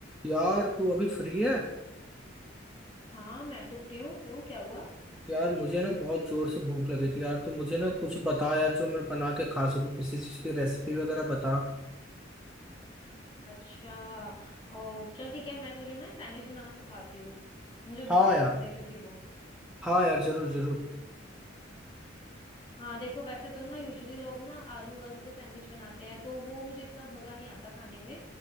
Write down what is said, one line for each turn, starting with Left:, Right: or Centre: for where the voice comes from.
Centre: यार तू अभी फ्री है
Left: हाँ मैं तो फ्री हूँ क्यों क्या हुआ
Centre: यार मुझे ना बहुत जोर से भूख लगी थी यार तो मुझे ना कुछ बता यार जो मैं बना के खा सकूं किसी चीज की रेसिपी वगैरह बता
Left: अच्छा ओ चल ठीक है मैं तुझे ना सैंडविच बनाना सिखाती हूँ मुझे
Centre: हाँ
Left: बहुत पसंद
Centre: यार
Left: है क्योंकि वो
Centre: हाँ यार जरूर जरूर
Left: हाँ देखो वैसे तो ना यूजुअली लोग ना आलू आलू के सैंडविच बनाते हैं तो वो मुझे इतना मजा नहीं आता खाने में